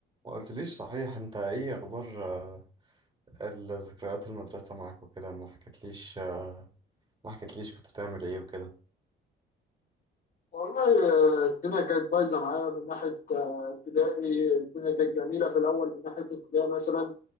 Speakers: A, on the right; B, on the left.
A: ما قلتليش صحيح انت ايه اخبار آه، الذكريات المدرسة معاك وكده ما حكيتليش آه، ما حكيتليش كنت بتعمل ايه وكده
B: والله آه، الدنيا كانت بايظه معايا من ناحيه آه، ابتدائي الدنيا كانت جميله في الاول من ناحيه ابتدائي مثلا